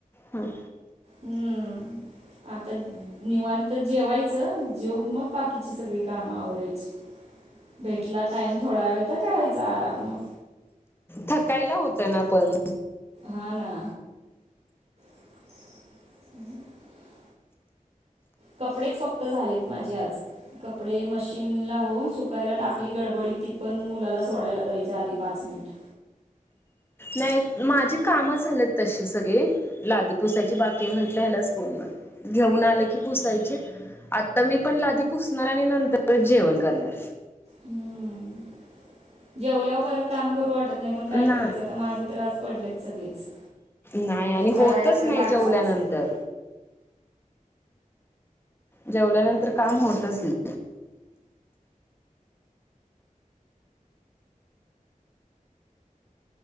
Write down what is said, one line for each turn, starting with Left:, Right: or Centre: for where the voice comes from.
Left: हम्म
Right: हम्म आता. निवांत जेवायचं जेवन मग बाकीची सगळी कामं आवरायची. भेटला टाइम थोडा वेळ तर करायचा आराम मग
Left: थकायला होतं ना पण.
Right: हा ना. <inaudible> कपडेच फक्त झालेत माझी आज. कपडे मशीनला होऊन सुकायला टाकली गडबडीत ती पण मुलाला सोडायला जायच्या आधी पाच मिनिट.
Left: नाही माझी काम झालेत तशी सगळे लादी पुुसायची बाकी म्हटले, हला स्कूल म घेऊन आले की. पुसायची, आता मी पण लादी पुसणार आणि नंतरच जेवण करणार.
Right: हम्म जेवल्यावर परत काम करू वाटत नाही, पण काय
Left: नाही
Right: करायचं आता माझी तर आज पडलेच सगळेच.
Left: नाही आणि
Right: करायला
Left: होतच
Right: तर
Left: नाही
Right: लागणारच
Left: जेवल्यानंतर
Right: आहे ती.
Left: जेवल्यानंतर काम होतच नई.